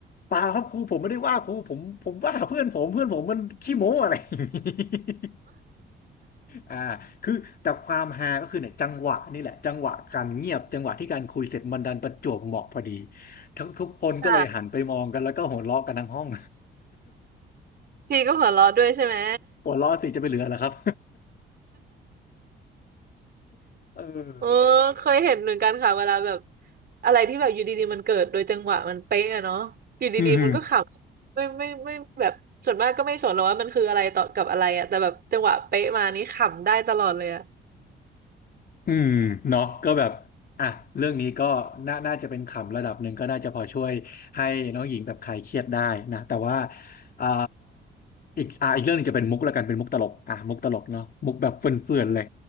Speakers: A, on the left; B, on the right.
A: เปล่าครับครูผมไม่ได้ว่าครูผมผมว่าเพื่อนผมเพื่อนผมมันขี้โม้ <laughs> อะไรอย่างนี้ อ่าคือแต่ความฮาก็คือเนี่ยจังหวะนี่แหละจังหวะการเงียบจังหวะที่การคุยเสร็จมันดันประจวบเหมาะพอดีทุกทุกคนก็เลยหันไปมองกันแล้วก็หัวเราะกันทั้งห้อง
B: ค่ะพี่ก็หัวเราะด้วยใช่ไหม
A: <laughs> หัวเราะสิจะไปเหลือเหรอครับ <laughs> เออ
B: โอ้ <laughs> เคยเห็นเหมือนกันค่ะเวลาแบบอะไรที่แบบอยู่ดีๆมันเกิดโดยจังหวะมันเป๊ะอะเนาะอยู่ดีๆมันก็ขำไม่ไม่ไม่ไม่แบบส่วนมากก็ไม่สนหรอกว่ามันคืออะไรต่อกับอะไรอะแต่แบบจังหวะเป๊ะมานี่ขำได้ตลอดเลยอะ
A: อืม อืมเนาะก็แบบอ่ะเรื่องนี้ก็น่าน่าจะเป็นขำระดับหนึ่งก็น่าจะพอช่วยให้น้องหญิงแบบคลายเครียดได้นะแต่ว่าอ่าอีกอ่าอีกเรื่องหนึงจะเป็นมุกละกันเป็นมุกตลกอ่ะมุกตลกเนาะมุกแบบเฟื่อนๆเลย